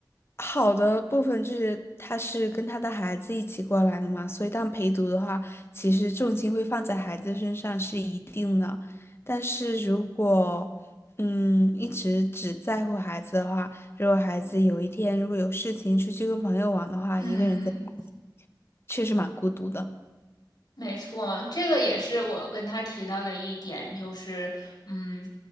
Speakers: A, on the left (about 35°); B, on the left (about 65°).
A: 好的部分就是他是跟他的孩子一起过来的嘛，所以当陪读的话，其实重心会放在孩子身上是一定的。但是如果嗯一直只在乎孩子的话，如果孩子有一天如果有事情出去跟朋友玩的话，
B: 嗯。
A: 一个人在家里确实蛮孤独的。
B: 没错，这个也是我跟他提到的一点，就是，嗯，